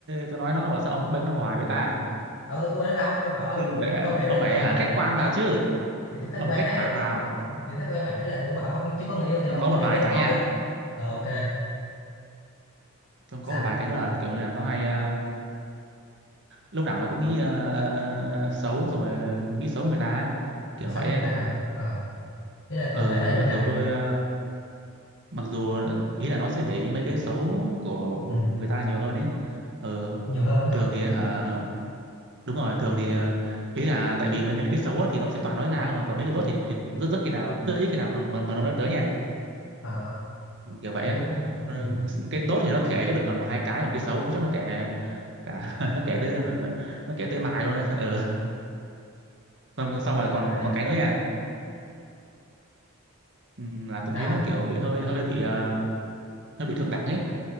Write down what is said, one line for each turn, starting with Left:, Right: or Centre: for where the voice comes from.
Right: tôi nói nó bảo sao ông cứ bênh nó hoài vậy ta
Left: đâu tôi có bên đó đâu tôi bảo
Right: đừng
Left: ông
Right: để
Left: không hiểu
Right: ông
Left: được
Right: phải
Left: thôi mà
Right: hả khách quan vào chứ
Left: thì tôi khách
Right: ông
Left: quan
Right: phải khách
Left: đấy
Right: quan vào
Left: thì tôi khách quan mà ý là tôi, tôi bảo ông chưa có người yêu thì
Right: xong
Left: ông
Right: có
Left: không
Right: một
Left: hiểu
Right: vài
Left: được
Right: cái
Left: thôi
Right: nha
Left: ờ ok
Right: xong
Left: sao
Right: có một vài cái nữa là kiểu như là nó hay ờ, lúc nào nó cũng nghĩ ờ, xấu xong rồi nghĩ xấu người ta kiểu
Left: bị xấu
Right: vậy
Left: người
Right: ấy.
Left: ta hả ờ ý là
Right: Ờ,
Left: cụ thể là như
Right: mặc
Left: thế nào
Right: dù tôi ờ, mặc dù ờ, ý là nó sẽ để ý mấy cái xấu của
Left: ừ.
Right: người ta nhiều hơn ấy ờ,
Left: nhiều hơn hả
Right: thường thì hả đúng rồi thường thì ờ, ý là tại vì mấy mấy cái xấu á thì nó sẽ toàn nói ra không mà còn mấy cái tốt thì, thì rất rất khi nào rất ít khi nào mà, mà, mà nó nói tới nha
Left: ờ
Right: kiểu vậy
Left: kiểu
Right: á Ờ,
Left: ừ.
Right: cái tốt thì nó kể cho được là một hai cái còn cái xấu chắc nó kể cả <laughs> nó kể tới nó, nó, nó kể tới mai luôn đấy, ừ. xong xong rồi
Left: kiểu
Right: còn
Left: tại
Right: còn
Left: ừ,
Right: cái nữa nha ừ, là tôi
Left: sao
Right: thấy nó kiểu bị hơi hơi bị ờ, hơi bị thượng đẳng ấy